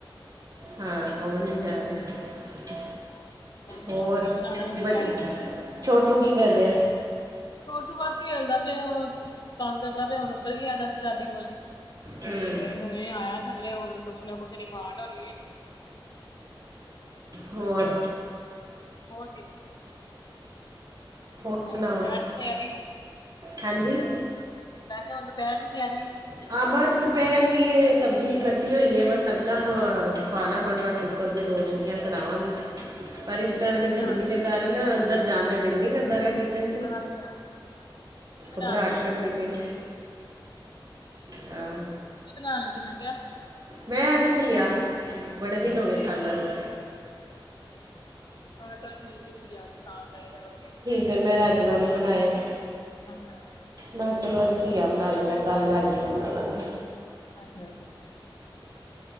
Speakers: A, on the right; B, on the left.
A: ਹਾਂ ਓ ਵੀ ਨੀ ਜਾ
B: ਹਮ
A: ਰੇਆ
B: ਸੁਣਾਓ
A: ਹੋਰ
B: ਕੀ ਬਣਾਉਣਾ ਹੁਣ ਦੁਪਹਿਰੀ
A: ਬਾ ਛੋਟੂ ਕੀ ਕਰ ਰੇਆ?
B: ਛੋਟੂ ਕੁਛ ਨੀ ਖੇਲਦਾ ਪੇਆ ਤੰਗ ਕਰਦਾ ਪੇਆ ਹੁਣ ਉੱਪਰ ਗੇਆ ਸੀ ਦਾਦੀ ਕੋਲ ਤੇ
A: ਹਮ,
B: ਹੁਣੇ ਆਇਆ ਥੱਲੇ ਹੁਣ ਕੁਛ ਨਾ ਕੁਛ ਰੀਮਾਂਡ ਹੋਣੀ ਐ।
A: ਹੋਰ
B: ਹਾਜੀ ਹੋਰ ਠੀਕ ਆ।
A: ਹੋਰ ਸੁਣਾਓ
B: ਦੁਪਹਿਰ ਦੀ ਤਿਆਰੀ
A: ਹਾਂਜੀ?
B: ਮੈਂ ਕੇਆ ਹੁਣ ਦੁਪੈਰ ਦੀ ਤੇਆਰੀ
A: ਹਾਂ ਬਸ ਦੁਪੈਰ ਦੀ ਸਬਜ਼ੀ ਕੱਟੀ ਹੋਈ ਏ ਬਸ ਤੜਕਾ ਪੇਆ ਪਾਣਾ ਫਰਫਰ ਕੇ ਕੁੱਕਰ ਦੀ ਦੋ ਸੀਟੀਆਂ ਕਰਾਵਾਂਗੀ
B: ਕੀ
A: ਪਰ ਇਸ ਟਾਈਮ ਦੇ
B: ਬਣਾਉਣ
A: ਗਰਮੀ
B: ਲੱਗੇ
A: ਦੇ ਕਾਰਨ ਅੰਦਰ ਜਾਣ ਦਾ ਦੇਲ ਨੀ ਕਰਦਾ ਕੀਚਨ ਚ
B: ਹਾਂਜੀ ਹਾਂਜੀ ਕੀ ਬਣਾਉਣ
A: ਘਬਰਾਟ
B: ਲੱਗਿਆ
A: ਪੈਂਦੀ ਪੈਂ ਏ
B: ਕੀ ਬਣਾਣ ਲੱਗੀ ਮੈਂ ਕੇਆ?
A: ਮੈਂ ਅੱਜ ਕੀਆ, ਬੜੇ ਦੇਨ ਹੋ ਗਏ ਖਾਧਾਂ ਨੀ
B: ਆਹੋ ਚੱਲ ਠੀਕ ਕੀਆ ਵੀ ਹਾਂ ਚਾਈਦਾ ਵਧੀਆ
A: ਫੇਰ ਮੈਂ ਰਾਜਮਾ ਨੀ ਬਣਾਏ
B: ਅੱਛਾ
A: ਮੈਂ ਕੇਆ ਚਲੋ ਅੱਜ ਘੀਆ ਬਣਾ ਲੈਂਨੇ ਕੱਲ ਰਾਜਮਾਂ ਬਣਾ ਲਾਂਗੇ
B: ਅੱਛਾ